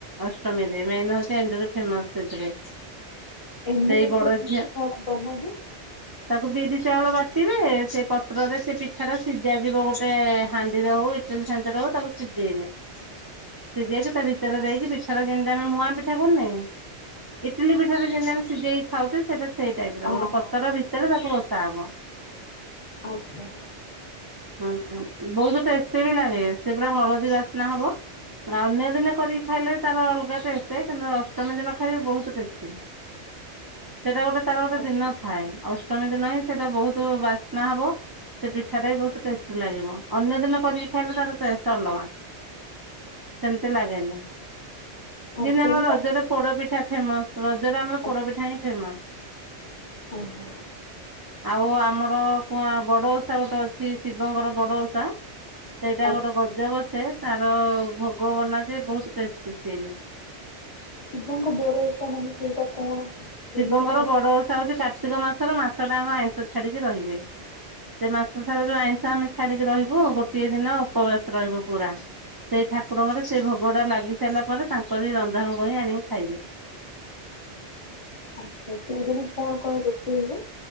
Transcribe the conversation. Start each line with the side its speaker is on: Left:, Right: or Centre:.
Right: ଅଷ୍ଟମୀରେ ମେନ ହଉଛି ଏଣ୍ଡୁରି ଫେମସ ସେଥିରେ।
Left: ଏନ୍ଦୁ
Right: ସେଇ
Left: କବତା
Right: ବଡ
Left: କେମିତି
Right: ଝିଅ
Left: କଣ କରନ ଯେ।
Right: ତାକୁ ବିରି ଚାଉଳ ବାଟିବେ ସେ ପତ୍ରରେ ସେ ପିଠାରେ। ସିଝା ଯିବ ଗୋଟେ ହାଣ୍ଡିରେ ହଉ ଇଟିଲି ଛାଞ୍ଚ ର ହଉ ତାକୁ ସିଝେଇବେ। ସିଯାଇକି ତା ଭିତରେ ଦେଇକି ପିଠାରେ ଯେମିତି ଆମେ ମୁଆଁ ପିଠା କରୁନେ। ଇଟିଲି ପିଠାରେ ଯେମିତି ଆମେ ସିଝେଇକି ଖାଉଛେ ସେଇଟା ସେଇ ଟାଇପ ର
Left: ହଁ
Right: ଗୋଟେ ପତର
Left: ହଁ
Right: ଭିତ। ସେଲେ ତାକୁ ବସା ହବ।
Left: ଆଚ୍ଛା।
Right: ହୁଁ ବହୁତ ଟେଷ୍ଟି ବି ଲାଗେ ସେ ପୁରା ହଳଦୀ ବାସ୍ନା ହବ ଅନ୍ୟ ଦିନ କରି। ଖାଇଲେ ତାର ଅଲଗା ଟେଷ୍ଟ କିନ୍ତୁ ଅଷ୍ଟମୀ ଦିନ ଖାଇବେ ବହୁତ ଟେଷ୍ଟ। ସେଇଟା ଗୋଟେ ତାର ଗୋଟେ
Left: ହଁ
Right: ଦିନ ଥାଏ ଅଷ୍ଟମୀ ଦିନ ହିଁ ସେଟା ବହୁତ ବା। ନା ହେବ। ପିଠାଟା ବି ବହୁତ ଟେଷ୍ ଲାଗିବ ଅନ୍ୟ ଦିନ କରିକି ଖାଇଲେ ତାର ଟେଷ୍ଟ ଅଲଗା। ସେମିତି ଲାଗେନି
Left: ହଁ,
Right: ଯେତି
Left: ସେଇଟା
Right: ଆମ ରଜରେ
Left: ମୁଁ ଜାଣିନି।
Right: ପୋଡପିଠା ଫେମସ। ରଜରେ ଆମର
Left: ଆଜ୍ଞା
Right: ପୋଡପିଠା ହିଁ ଫେମସ।
Left: ଆଜ୍ଞା
Right: ଆଉ ଆମର କୁଆଁ ବଡ ଓ- ଗୋଟେ ଅଛି ଶିବଙ୍କର ବଡ ଉଷା ସେଇଟା
Left: ଆଜ୍ଞା
Right: ଗୋଟେ ଗଜବ ସେ ତାର ଭୋଗ ବନା ଯେ ବହୁତ ଟେଷ୍ଟ ସିଏ ବି।
Left: ଶିବଙ୍କ ବଡ ଓଷା ମାନେ ସେଇଟା କଣ। କେମିତି
Right: ଶିବଙ୍କର
Left: କଣ
Right: ବଡ
Left: ହୁଏ?
Right: ଓଷା ହଉଛି କାର୍ତ୍ତିକ ମାସର ମାସ ଟାଙ୍କ ଆଇଁଷ ଛାଡିକି ରହିବେ। ସେ ମାସ ସାରା ଯୋଉ ଆଇଁଷ ଆମେ ଛାଡିକି ରହିବୁ ଗୋଟିଏ ଦିନ ଉପବାସ ରହିବୁ ପୁରା। ସେଇ ଠାକୁରଙ୍କର ସେଇ ଭୋଗ ଟା ଲାଗି ସାରିଲା ପରେ ତାଙ୍କରି ରନ୍ଧା ଭୋଗ ହିଁ ଆଣିକି ଖାଇବେ।
Left: ଆଛା ସେଇଦିନ କଣ କଣ ରୋଷେଇ ହୁଏ।